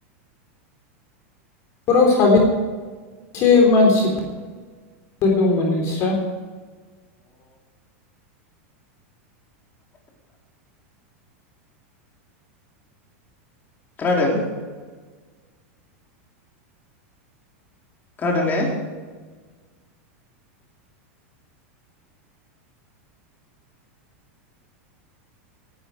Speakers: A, on the left (about 40°); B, on the left (about 25°).
A: न'खराव साबेसे मानसिफोर दंमोन नोंस्रा?
B: खोनादों। खोनादों ने